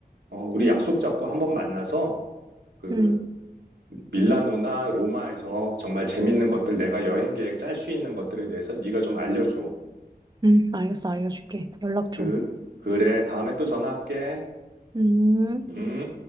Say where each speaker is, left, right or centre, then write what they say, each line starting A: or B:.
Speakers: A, on the right; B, on the right.
A: 어 우리 약속 잡고 한번 만나서 그
B: 음,
A: 밀라노나 로마에서 정말 재밌는 것들, 내가 여행 계획 짤 수 있는 것들에 대해서 네가 좀 알려줘.
B: 음, 알겠어, 알려줄게. 연락
A: 그,
B: 줘.
A: 그래, 다음에 또 전화할게.
B: 음.
A: 음.